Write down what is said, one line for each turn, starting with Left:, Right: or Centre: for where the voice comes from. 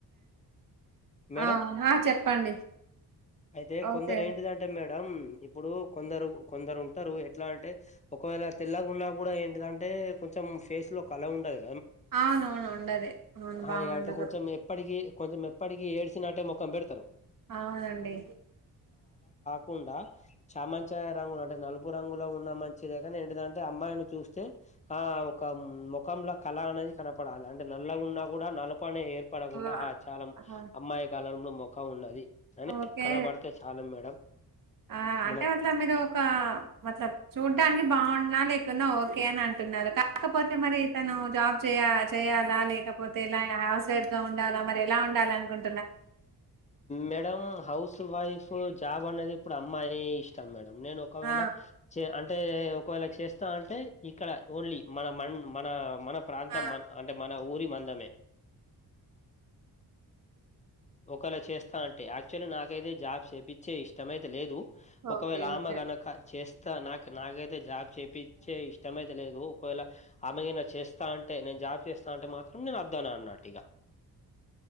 Left: మేడం
Right: ఆ ఆ చెప్పండి
Left: అయితే
Right: ఓకే
Left: కొందరు ఏంటిదంటే మే మేడం ఇప్పుడు కొందరు కొందరు ఉంటారు ఎట్లా అంటే ఒకవేళ తెల్లగున్నా కూడా ఏంటి దాంటే అంటే కొంచెం ఫేస్ లో కల ఉండది
Right: అవునవును ఉండది అవును
Left: అ
Right: బాగుండదు
Left: అంటే ఇగ కొంచెం ఎప్పటికిీ కొంచెం ఎప్పటికిీ ఏడ్సినట్టే మొఖం పెడతారు
Right: అవునండి
Left: కుండా చామనచ్చయ రంగులు అంటే నలుపు రంగులో ఉన్న మం వచ్చేద కాని ఏంటి దాంటే అమ్మాయిని చూస్తే ఆ ఒక ముఖంల కళ అనేది కనపడాలి అంటే నా నల్లగున్నా కూడా నలపనే ఏర్పడకుండా
Right: ఓహ్!
Left: ఆ చాల
Right: ఆహా!
Left: అమ్మాయి కాల లో మొఖం ఉన్నది కానీ
Right: ఓకే
Left: కనపడతే చాలు మేడం
Right: ఆ అంటే
Left: మనకు
Right: అట్లా మీరు ఒక వాట్ల చూడ్ చూడడానికి బాగున్నా లేకున్నా ఓకే అని అంటున్నారు కాకపోతే మరి తను జాబ్ చేయ చేయాలా లేకపోతే ఎలా హౌస్ వైఫ్ గా ఉండాలా మరి ఎలా ఉండాలి అనుకుం
Left: మేడం హౌస్ వైఫ్ జాబ్ అనేది ఇప్పుడు అమ్మాయి ఇష్టం మేడం నేను ఒకవేళ
Right: ఆ
Left: అంటే ఒకవేళ చేస్తా అంటే ఇక్కడ ఓన్లీ మన మ మన మన ప్రాంతం
Right: ఆ!
Left: మన అంటే మన ఊరి మందమే ఒకేళ చేస్తా అంటే యాక్చువల్లీ నాకైతే జాబ్ చేపించే ఇష్టమైతే లేదు ఒకవేళ
Right: ఓకే
Left: ఆమె
Right: ఓకే
Left: గనక చేస్ స్త నా నాకైతే జాబ్ చేపీచ్చే ఇష్టమైతే లేదు ఒకవేళ ఆమెగనా చేస్తా అంటే నేను జాబ్ చేస్తా అంటే మాత్రం నేను అద్దు అన అన్నట్టు ఇగ